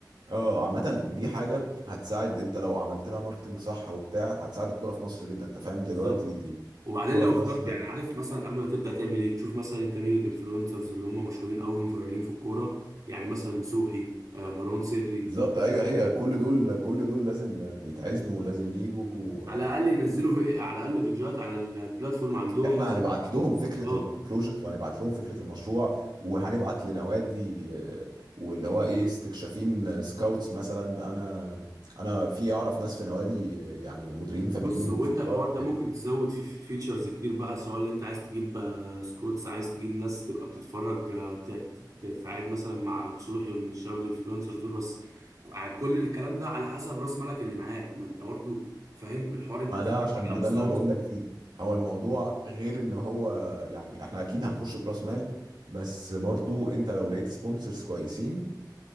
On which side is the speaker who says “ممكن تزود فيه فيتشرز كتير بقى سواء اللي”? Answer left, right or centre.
Right